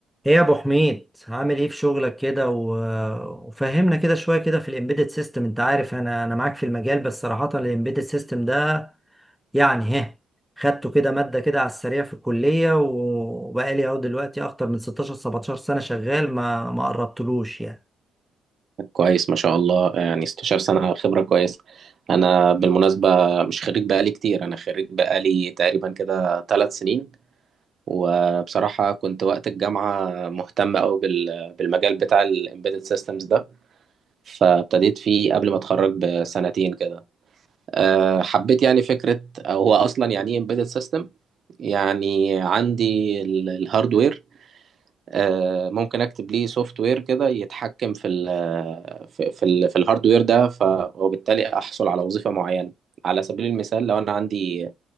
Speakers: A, in the centre; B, on the right.
A: ايه يا ابو حميد عامل ايه في شغلك كده و... وفهمنا كده شويه كده في الامبيدد سيستم انت عارف انا انا معاك في المجال بس صراحه الامبيدد سيستم ده يعني ها خدته كده ماده كده على السريع في الكليه و- وبقالي اهو دلوقتي اكتر من 16 17 سنه شغال ما ما قربتلوش يعني
B: كويس ما شاء الله يعني 16 سنة خبرة كويسة أنا بالمناسبة مش خريج بقالي كتير أنا خريج بقالي تقريبا كده ثلاث سنين وبصراحة كنت وقت الجامعة مهتم أوي بال- بالمجال بتاع ال Embedded Systems ده فابتديت فيه قبل ما أتخرج بسنتين كده أه، حبيت يعني فكرة أو هو أصلا يعني إيه Embedded System يعني عندي الهاردوير آه، ممكن اكتب ليه سوفت وير كده يتحكم في ال في في, ال في الهاردوير ده ف- وبالتالي احصل على وظيفة معينة على سبيل المثال لو انا عندي